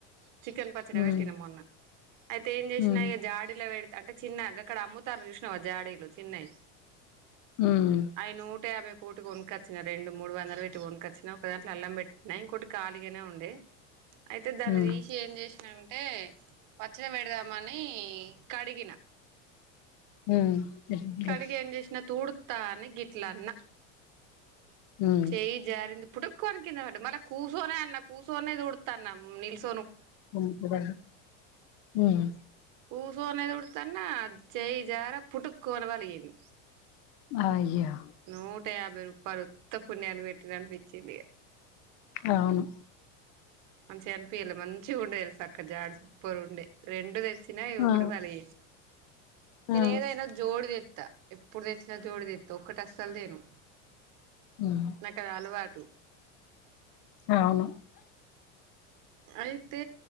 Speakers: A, on the right; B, on the left.
A: చికెన్ పచ్చడి
B: ఉమ్
A: పెట్టిన మొన్న. అయితే ఏం చేసినాయి
B: ఉమ్
A: ఇక జాడిలో వెడ్. అంటే చిన్న గక్కడ అమ్ముతారు చూసినావా జాడీలు చిన్నవి.
B: ఉమ్
A: అవి నూట యాభై కోటి కొనుకొచ్చిన రెండు మూడు వందలు పెట్టి కొనుకొచ్చినా ఒక దాంట్లో అల్లం పెట్ట్. న ఇంకోటి ఖాళీగానే ఉండే అయితే దాన్ని
B: ఉమ్
A: తీసి ఏం చేసిన అం. అంటే పచ్చడి పెడదామని కడిగిన.
B: ఉమ్. ఎట్లే
A: కడిగి ఏం చేసినా తూడుతా అని గిట్లా అన్న.
B: ఉమ్
A: చేయి జారింది పుటుక్కొమని కిందపడ్డది మళ్ళ కూర్చొనే అన్న కూర్చొనే తుడుతన్న నిలిచు.
B: నిలబడిన ఉమ్.
A: కుసోనే తుడుస్తున్న చేయి జారీ పుటుక్క అని పలిగింది.
B: అయ్యా.
A: నూట యాభై రూపాలు ఉత్తపుణ్యానికి పెట్టిన అనిపించింది ఇగ.
B: అవును.
A: మంచిగానిపియాలే మంచిగా ఉండే తెలుస అక్క జడు సూపర్ ఉండే రెండు తె. చిన్నయ్ ఒకటి
B: ఆ
A: పలిగింది నేను
B: ఆ
A: ఏదైనా జోడి తే. త ఎప్పుడు తెచ్చినా జోడి తెస్తా ఒక్కటి అస్సలు తేను.
B: ఉమ్
A: నాకు అది అలవాటు.
B: అవును.
A: అయితే